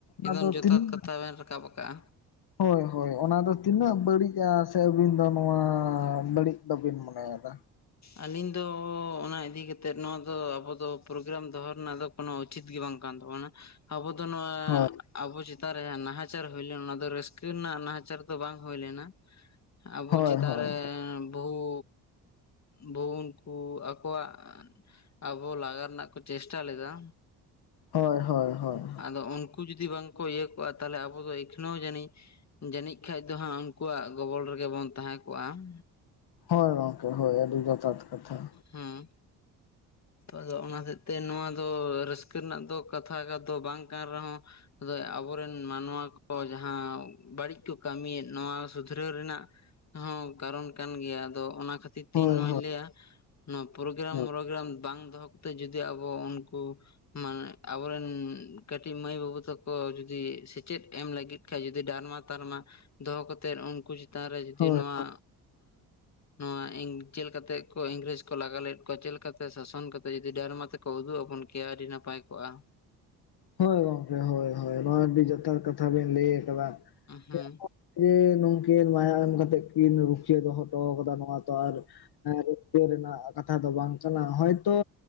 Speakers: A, on the left; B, on the left.
A: ᱮᱫᱚᱢ
B: ᱫᱚ
A: ᱡᱚᱛᱷᱟᱛ
B: ᱛᱤᱱᱟᱹᱜ
A: ᱠᱟᱛᱷᱟ ᱵᱮᱱ ᱨᱟᱠᱟᱵ ᱟᱠᱟᱜ-ᱟ᱾
B: ᱦᱳᱭ ᱦᱳᱭ ᱚᱱᱟ ᱫᱚ ᱛᱤᱱᱟᱹᱜ ᱵᱟᱹᱲᱤᱡ-ᱟ ᱥᱮ ᱟᱹᱵᱤᱱ ᱫᱚ ᱱᱚᱣᱟ ᱵᱟᱹᱲᱤᱡ ᱵᱟᱵᱤᱱ ᱢᱚᱱᱮᱭᱮᱫᱟ?
A: ᱟᱹᱞᱤᱧ ᱫᱚ ᱚᱱᱟ ᱤᱫᱤ ᱠᱟᱛᱮᱫ ᱱᱚᱣᱟ ᱫᱚ ᱟᱵᱚ ᱯᱨᱳᱜᱨᱟᱢ ᱫᱚᱦᱚ ᱨᱮᱱᱟᱜ ᱫᱚ ᱠᱳᱱᱳ ᱩᱪᱤᱛ ᱜᱮ ᱵᱟᱝ ᱠᱟᱱ ᱛᱟᱵᱚᱱᱟ ᱟᱵᱚ ᱫᱚ ᱱᱚᱣᱟ
B: ᱦᱳᱭ
A: ᱟᱵᱚ ᱪᱮᱛᱟᱱ ᱨᱮ ᱡᱟᱦᱟᱸ ᱱᱟᱦᱟᱪᱟᱨ ᱦᱩᱭ ᱞᱮᱱ ᱚᱱᱟ ᱫᱚ ᱨᱟᱹᱥᱠᱟᱹ ᱨᱮᱱᱟᱜ ᱱᱟᱦᱟᱪᱟᱨ ᱫᱚ ᱵᱟᱝ ᱦᱩᱭ ᱞᱮᱱᱟ᱾ ᱟᱵᱚ
B: ᱦᱳᱭ
A: ᱪᱮᱛᱟᱱ
B: ᱦᱳᱭ
A: ᱨᱮ ᱵᱚᱦᱩ ᱵᱚᱦᱩ ᱩᱱᱠᱩ ᱟᱠᱚᱣᱟᱜ ᱟᱵᱚ ᱞᱟᱜᱟ ᱨᱮᱱᱟᱜ ᱠᱚ ᱪᱮᱥᱴᱟ ᱞᱮᱫᱟ᱾
B: ᱦᱚᱭ ᱦᱚᱭ ᱦᱚᱭ᱾
A: ᱟᱫᱚ ᱩᱱᱠᱩ ᱡᱩᱫᱤ ᱵᱟᱝᱠᱚ ᱤᱭᱟᱹ ᱠᱚᱜ-ᱟ ᱛᱟᱦᱚᱞᱮ ᱟᱵᱚ ᱫᱚ ᱮᱠᱷᱱᱟᱹᱣ ᱡᱟᱹᱱᱤᱡ ᱡᱟᱹᱱᱤᱡ ᱠᱷᱟᱡ ᱫᱚ ᱦᱟᱸᱜ ᱩᱱᱠᱩᱣᱟᱜ ᱜᱚᱵᱚᱞ ᱨᱮᱜᱮ ᱵᱚᱱ ᱛᱟᱦᱮᱸ ᱠᱚᱜ-ᱟ ᱾
B: ᱦᱳᱭ ᱜᱚᱝᱠᱮ ᱦᱳᱭ ᱟᱹᱰᱤ ᱡᱚᱛᱷᱟᱛ ᱠᱟᱛᱷᱟ ᱾
A: ᱦᱩᱸ ᱾ ᱟᱫᱚ ᱚᱱᱟ ᱦᱚᱛᱮᱜ ᱛᱮ ᱱᱚᱣᱟ ᱫᱚ ᱨᱟᱹᱥᱠᱟᱹ ᱨᱮᱱᱟᱜ ᱫᱚ ᱠᱟᱛᱷᱟ ᱫᱚ ᱵᱟᱝ ᱠᱟᱱ ᱨᱮᱦᱚᱸ ᱟᱫᱚ ᱟᱵᱚᱨᱮᱱ ᱢᱟᱱᱣᱟ ᱠᱚ ᱡᱟᱦᱟᱸ ᱵᱟᱹᱲᱤᱡ ᱠᱚ ᱠᱟᱹᱢᱤᱭᱮᱫ ᱱᱚᱣᱟ ᱥᱩᱫᱷᱨᱟᱹᱣ ᱨᱮᱱᱟᱜ ᱦᱚᱸ ᱠᱟᱨᱚᱱ ᱠᱟᱱ ᱜᱮᱭᱟ ᱟᱫᱚ ᱚᱱᱟ ᱠᱷᱟᱹᱛᱤᱨ ᱛᱮᱧ
B: ᱦᱳᱭ
A: ᱱᱚᱣᱟᱧ
B: ᱦᱳᱭ
A: ᱞᱟᱹᱭᱟ᱾ ᱱᱚᱣᱟ ᱯᱨᱳᱜᱨᱟᱢ
B: ᱦᱳᱭ
A: ᱢᱳᱜᱨᱟᱢ ᱵᱟᱝ ᱫᱚᱦᱚ ᱠᱟᱛᱮᱫ ᱡᱩᱫᱤ ᱟᱵᱚ ᱩᱱᱠᱩ ᱢᱟᱱᱮ ᱟᱵᱚᱨᱮᱱ ᱠᱟᱹᱴᱤᱡ ᱢᱟᱹᱭ ᱵᱟᱹᱵᱩ ᱛᱟᱠᱚ ᱡᱩᱫᱤ ᱥᱮᱪᱮᱫ ᱮᱢ ᱞᱟᱹᱜᱤᱫ ᱠᱷᱟᱡ ᱡᱩᱫᱤ ᱰᱟᱨᱢᱟ ᱛᱟᱨᱢᱟ ᱫᱚᱦᱚ ᱠᱟᱛᱮᱫ ᱩᱱᱠᱩ ᱪᱮᱛᱟᱱ ᱨᱮ ᱡᱩᱫᱤ
B: ᱦᱳᱭ
A: ᱱᱚᱣᱟ ᱱᱚᱣᱟ ᱪᱮᱫᱞᱮ ᱠᱟᱛᱮ ᱠᱚ ᱤᱝᱨᱮᱡᱽ ᱠᱚ ᱞᱟᱜᱟ ᱞᱮᱫ ᱠᱚᱣᱟ ᱪᱮᱫ ᱛᱮ ᱥᱟᱥᱚᱱ ᱠᱟᱛᱮ ᱡᱩᱫᱤ ᱰᱟᱨᱢᱟ ᱛᱮᱠᱚ ᱩᱫᱩᱜ ᱟᱵᱚᱱ ᱠᱮᱭᱟ ᱟᱹᱰᱤ ᱱᱟᱯᱟᱭ ᱠᱚᱜ-ᱟ᱾
B: ᱦᱳᱭ ᱜᱚᱢᱠᱮ ᱦᱳᱭ ᱦᱳᱭ ᱱᱚᱣᱟ ᱟᱰᱤ ᱡᱚᱛᱷᱟᱛ ᱠᱟᱛᱷᱟ ᱵᱮᱱ ᱞᱟᱹᱭ ᱟᱠᱟᱫᱟ
A: ᱦᱮᱸ
B: ᱾ ᱡᱮ ᱱᱩᱝᱠᱤᱱ ᱢᱟᱭᱟᱢ ᱮᱢ ᱠᱟᱛᱮᱜ ᱠᱤᱱ ᱨᱩᱠᱷᱤᱭᱟᱹ ᱫᱚᱦᱚ ᱦᱚᱴᱚ ᱠᱟᱫᱟ ᱱᱚᱣᱟ ᱛᱚ ᱟᱨ ᱤᱭᱟᱹ ᱨᱮᱱᱟᱜ ᱠᱟᱛᱷᱟ ᱫᱚ ᱵᱟᱝ ᱠᱟᱱᱟ ᱦᱚᱭᱛᱚ